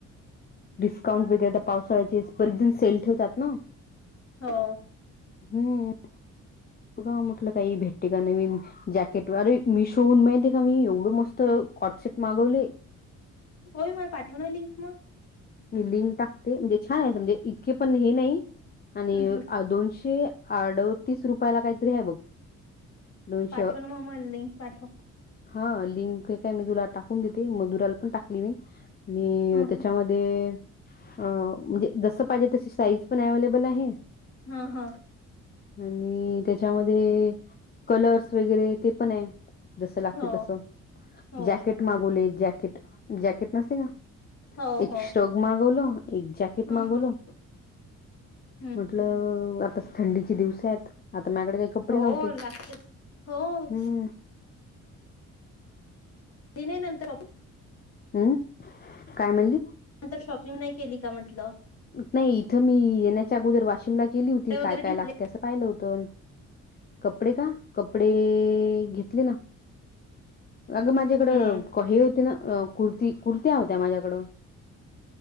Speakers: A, on the left; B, on the left.
A: डिस्काउंट वगैरे तर पावसाळ्याचे बेच जण सेल ठेवतात ना
B: हो
A: हम्म त का म्हटलं काही भेटते का नवीन जॅकेट अरे मी शोून माहिती आहे का मी एवढं मस्त हॉटसेट मागवले
B: होय मला पाठव ना लिंक म
A: बिल्डिंग टाकते म्हणजे छान आहे सजे इतके पण हे नाही आणि
B: हम्म हम्म
A: दोनशे अडतीस रुपयाला काहीतरी आहे बघ दोनशे
B: पाठव न मामल दई पाठव
A: हा लिंक काय मी तुला टाकून देते मधुराला पण टाकली मी आणि
B: ह
A: त्याच्यामध्ये म्हणजे जस पाहिजे तशी साईज पण अवलेबल आहे
B: हा हा
A: आणि त्याच्यामध्ये कलर्स वगैरे ते पण आहे जसं लागते
B: हो
A: तसं
B: हो
A: जॅकेट मागवले जॅकेट जॅकेट नसते का
B: हो
A: एक
B: हो
A: श्रक मागवलो एक जॅकेट
B: ह
A: मागवलो
B: ह <inaudible>
A: म्हटलं आता थंडीचे दिवस आहेत आता माझ्याकडे काही कपडे
B: हो
A: नव्हते
B: लागतेच हो
A: हम्म
B: दिना नंतर
A: हम्म काय म्हणली
B: नंतर शॉपिंग नाही केली का म्हटलं
A: नाही इथं मी येण्याच्या अगोदर वाशिमला गेली होती
B: ते
A: काय
B: वगैरे घेतले
A: काय लागते असं पाहिलं होतं कपडे का कपडे घेतले ना अग माझेकडें
B: हम्म
A: कऊ कुर्ती कुर्ती होत्या माझ्याकड